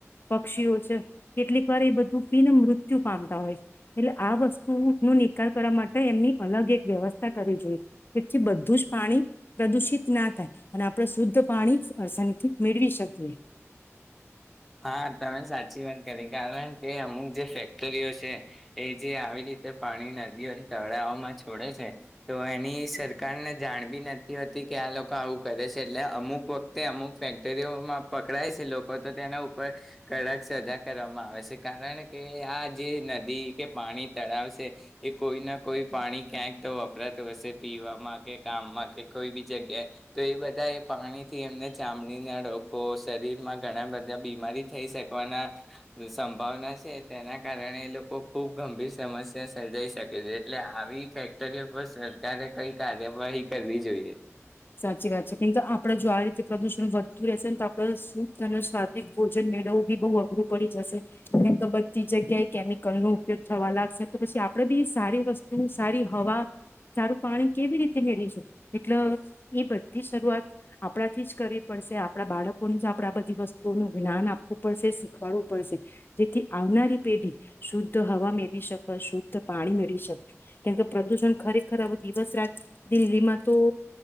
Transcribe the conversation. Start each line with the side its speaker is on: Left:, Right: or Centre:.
Left: પક્ષીઓ છે કેટલીક વાર એ બધું પીને મૃત્યુ પામતા હોય છે. એટલે આ વસ્તુ નો નિકાલ કરવા માટે એમની અલગ એક વ્યવસ્થા કરવી જોઈએ. જેથી બધું જ પાણી પ્રદુષિત ના થાય. અને આપણે શુદ્ધ પાણી અડસાનીથી મેળવી શકીએ.
Centre: હા તમે સાચી વાત કરી કારણ કે અમુક જે ફેક્ટરીઓ છે એ જે આવી રીતે પાણી નદીઓ તળાવઓમાં છોડે છે. તો એની સરકારને જાણ ભી નથી હોતી કે આ લોકો આવું કરે છે. એટલે અમુક વખતે અમુક ફેક્ટરીઓમાં પકડાય છે લોકો તો તેના કડક સજા કરવામાં આવે છે. કારણ કે આ જે નદી કે પાણી તળાવ છે એ કોઈ ના કોઈ પાણી ક્યાંક તો વપરાતું હશે, પીવામાં કે કામમાં કે કોઈ બી જગ્યાએ. તો એ બધા એ પાણીથી એમને ચામડી ના રોકો શરીરમાં ઘણા બધા બીમારી થઈ શકવાના સંભાવના છે. તેના કારણે એ લોકો ખૂબ ગંભીર સમસ્યા સર્જાઈ શકે છે. એટલે આવી ફેક્ટરીઓ પર સરકારે કઈ કાર્યવાહી કરવી જોઈએ.
Left: સાચી વાત છે. કેમ કે આપડે જો આ રીતે પ્રદુષણ વધતું રહેશે ને તો આપણે શુદ્ધ અને સ્વાદિક ભોજન મેળવવું બી બહુ અઘરું પડી જશે. કેમ તો બધી જગ્યાએ કેમિકલ નો ઉપયોગ થવા લાગશે, તો પછી આપડે બી સારી વસ્તુ સારી હવા સારું પાણી કેવી રીતે મેળવીશું? એટલે એ બધી શરૂઆત આપણાથી જ કરવી પડશે. આપણા બાળકોને જ આપણે આ બધી વસ્તુઓનું જ્ઞાન આપવું પડશે શીખવાડવું પડશે. જેથી આવનારી પેઢી શુદ્ધ હવા મેળવી શકે શુદ્ધ પાણી મેળવી શકશે. કેમકે પ્રદુષણ ખરેખર દિવસ રાત દિલ્હીમાં તો